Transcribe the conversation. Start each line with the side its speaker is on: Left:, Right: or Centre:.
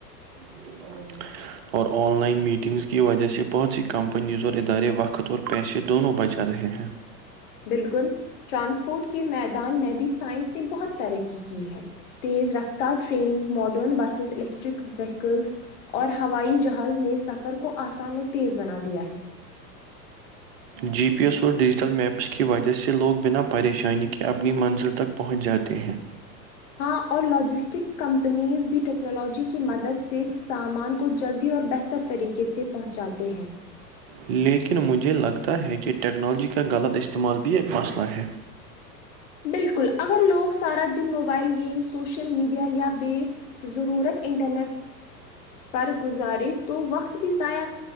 Right: <inaudible> اور آن لائن میٹنگز کی وجہ سے بہت سی کمپنیز اور ادارے وقت اور پیسے دونوں بچا رہے ہیں
Left: بالکل ٹرانسپورٹ کے میدان میں بھی سائنس نے بہت ترقی کی ہے تیز رفتار trains modern buses electric vehicles اور ہوائی جہاز نے سفر کو آسان اور تیز بنا دیا ہے
Right: جی پی ایس اور ڈیجیٹل میپس کی وجہ سے لوگ بنا پریشانی کے اپنی منزل تک پہنچ جاتے ہیں
Left: ہاں اور لاجسٹک کمپنیز بھی ٹیکنالوجی کی مدد سے اس سامان کو جلدی اور بہتر تر طریقے سے پہنچاتے ہیں
Right: لیکن مجھے لگتا ہے کہ ٹیکنالوجی کا غلط استعمال بھی ایک مسئلہ ہے
Left: بالکل اگر لوگ سارا دن موبائل گیم سوشل میڈیا یا بے ضرورت انٹرنیٹ پر گزارے تو وقت بھی ضائع